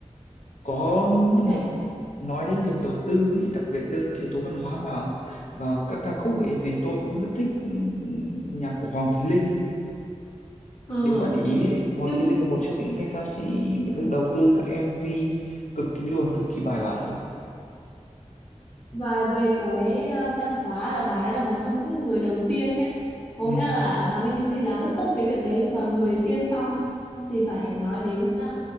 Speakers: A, on the left; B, on the left.
A: có
B: tệ
A: một nói đến việc đầu tư ấy, đặc biệt đưa các yếu tố văn hóa vào vào các ca khúc ấy, thì tôi cũng rất thích ừ, nhạc của Hoàng Thùy Linh ấy.
B: ờ
A: nếu bạn để ý
B: đúng
A: ấy, Hoàng
B: nhưng
A: Thùy Linh là một trong những cái ca sĩ mà được đầu tư các MV cực kỳ luôn cực kỳ bài bản luôn
B: và về cái ờ, văn hóa là bà ấy là một trong những người đầu tiên đấy có
A: ừ
B: nghĩa là Hòa Minh Di làm rất tốt cái việc đấy nhưng mà người tiên phong thì phải nói đến ờ,